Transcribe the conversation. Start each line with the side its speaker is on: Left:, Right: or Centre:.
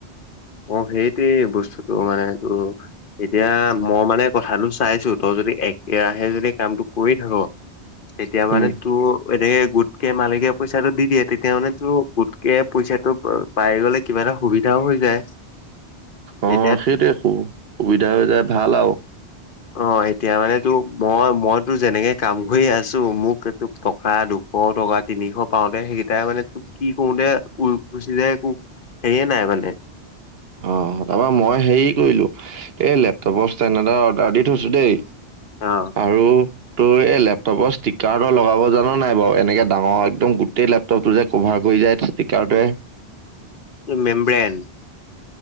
Left: অ সেইটোৱেই বস্তুতটো মানে এইটো এতিয়া মই মানে কথাটো চাইছো তই যদি একেৰাহে যদি কামটো কৰি থাক তেতিয়া
Right: উম
Left: মানে তোৰ এনেকে গোটকে মালিকে পইচাটো দি দিয়ে তেতিয়া মানে তো গোটকে পইচাটো পাই গ'লে কিবা এটা সুবিধা হৈ যায়
Right: অ
Left: এতিয়া
Right: সেইটোৱে সুবিধা হৈ যায় ভাল আৰু
Left: অ এতিয়া মানে তো মই মইতো যেনেকে কাম কৰি আছো মোক তোক টকা দুশ টকা তিনিশ পাও তে সেইকেইটাই মানে তোক কি কৰো তে উই গুছি যায় তোক সেইয়ে নাই মানে
Right: অ তাৰপৰা মই হেৰি কৰিলো এই লেপটপৰ ষ্টেণ্ এডটা অৰ্ডাৰ দি থৈছো দেই
Left: অ
Right: আৰু তোৰ এই লেপটপৰ ষ্টিকাৰ লগাব জানো নাই বাৰু এনেকে ডাঙৰ একদম গোটেই লেপটপ টো যে কভাৰ কৰি যায় ষ্টিকাৰ টোৱে
Left: মেমব্ৰেন